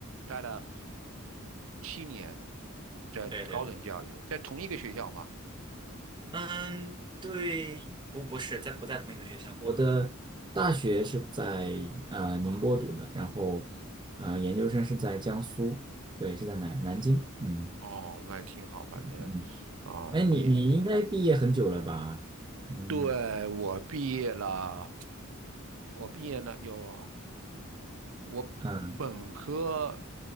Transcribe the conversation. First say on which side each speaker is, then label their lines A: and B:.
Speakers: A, on the right (about 70°); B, on the right (about 20°).
A: 待了七年在高等教育，
B: 对对
A: 在同一个学校吗？
B: 嗯，对，不不是在不在同一个学校？我的大学是在呃宁波读的，然后呃研究生是在江苏，对，是在南南京。嗯
A: 哦，那也挺好，反正
B: 嗯，
A: 啊，
B: 哎，你你应该毕业很久了吧？
A: 你
B: 嗯
A: 对我毕业了，我毕业了有。我本科
B: 嗯，